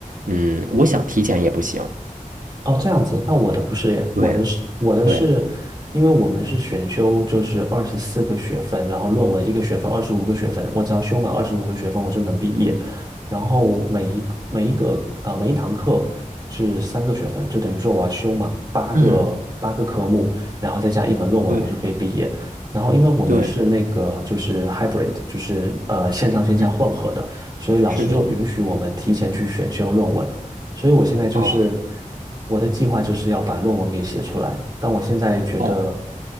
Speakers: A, on the right (about 70°); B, on the right (about 30°).
A: 嗯，我想提前也不行。
B: 哦，这样子，那我的不是耶，
A: 对
B: 我的是我的是，
A: 对
B: 因为我们是选修，就是二十四个学分，然后论文一个学分，二十五个学分，我只要修满二十五个学分，我就能毕业。然后每一个每一个呃每一堂课是三个学分，就等于说我要修满八个八个科目，
A: 嗯，
B: 然后再加一门论文，
A: 对
B: 我就可以毕业。然后因为我们是那个就是
A: 对，
B: hybrid，就是呃线上线下混合的，
A: 嗯，
B: 所以老师就允许我们提前去选修论文。
A: 是的。
B: 所以我现在就是
A: 啊，
B: 我的计划就是要把论文给写出来，但我现在觉得，
A: 哦